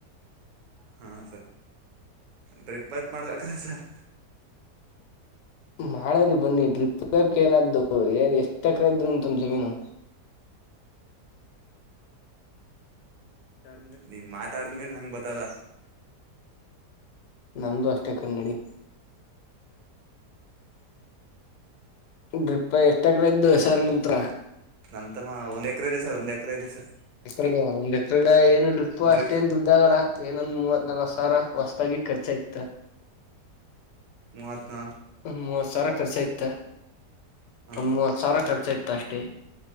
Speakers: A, on the right; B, on the left.
A: ಹಾಂ ಸರ್ ಡ್ರಿಪ್ ಪೈಪ್ ಮಾಡ್ಬೇಕ್ರ ಸರ್.
B: ಮಾಡ್ರರಿ ಬನ್ನಿ ಡ್ರಿಪ್ ವ್ಯಾಪ್ ಏನಾದ್ದು ಏನ್ ಎಷ್ಟ ಎಕ್ರ ಇದ್ರರು ಉಂತಮ ಜಮೀನು. <unintelligible> ಹ್ಮ
A: ನೀನ್ ಮಾತಾಡ್ಮೇಲೆ ನಂಗ್ ಬತದ.
B: ನಮ್ದು ಅಷ್ಟೇ ಕನ್ನಡಿ ಡ್ರಿಪ್ ಎಷ್ಟಕ್ರ ಇದ್ದು ಸರ್ ನಿತ್ರ
A: ನಮ ತಮ್ಮ ಒಂದ್ ಎಕರೆ ಇದೆ ಸರ್ ಒಂದ್ ಎಕರೆ ಇದೆ ಸರ್
B: ಎಗ ಒಂದ್ ಎತ್ರಗ ಏನು ಡ್ರಿಪ್ು
A: ಡ್ರಿ
B: ಅಷ್ಟೆಂತ ದುಡ್ಡಗಳ ಏನೊಂದ್ ಮೂವತ್ ನಲ್ ಸಾವಿರ ಹೊಸತಾಗಿ ಖರ್ಚ ಇತ್ತ
A: ಮೂ ಅತ್ನ
B: ಒ ಮೂವತ್ ಸಾವಿರ ಖರ್ಚು ಆಯ್ತ
A: ಹಾ
B: ಒ
A: ಹಾ
B: ಮೂವತ್ ಸಾವಿರ ಖರ್ಚ ಆಯ್ತ ಅಷ್ಟೇ